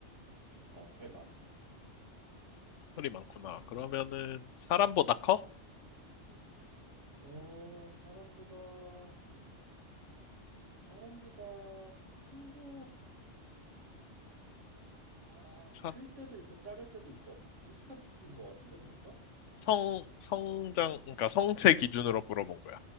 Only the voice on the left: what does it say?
털이 많구나. 그러면은 사람보다 커?
사-
성, 성장, 그러니까 성체 기준으로 물어본 거야.